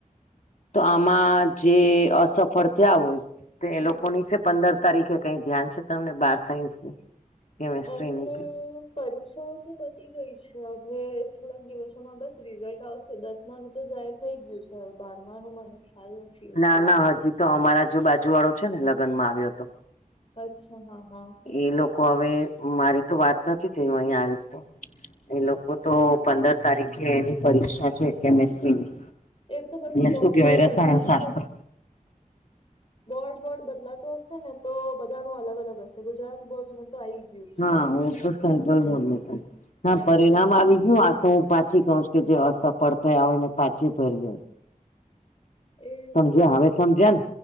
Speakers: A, on the left (about 60°); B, on the left (about 45°).
A: તો આમાં જે અસફળ થયા હોય તો એ
B: હા
A: લોકોની છે પંદર તારીખે કઈ ધ્યાન છે તમને બાર સાયન્સની. કેમેસ્ટ્રીની
B: એમની. પરીક્ષાઓ તો પતી ગઈ છે હવે થોડાક દિવસોમાં બસ રિઝલ્ટ આવશે દસમા નુ તો જાહેર થઈ ગયું છે હવે બારમા નુ મને ખ્યાલ નથી એટલું
A: ના ના હજી તો અમારા જો બાજુ વાળો છે ને લગ્ન માં આવ્યો તો
B: અચ્છા હા હા
A: એ લોકો હવે મારી તો વાત નથી થ અહીં આવી તો એ લોકો તો પંદર તારીખે એની પરીક્ષા છે કેમિસ્ટ્રીની
B: એ તો પછી
A: એ
B: બોર્ડ
A: સુ કેવાય
B: બોર્ડ બદલાતું
A: રસાયણ શાસ્ત્ર
B: હશે બોર્ડ બોર્ડ બદલાતું હશે ને તો બધાનું અગ અલગ હશે ગુજરાત બોર્ડ ન તો આ આવી ગયું છે
A: હા ઓ તો સેન્ટ્રલ બોર્ડ નુ કઉં હા પરિણામ
B: એ તો
A: આવી ગયું આ તો હું પાછી કઉછું કે જે અસફળ થયા હોય ને પાછી ભર્યું હોય
B: એ વાત
A: સમજ્યા
B: બરાબર
A: હવે સમજ્યા
B: તમારી
A: ને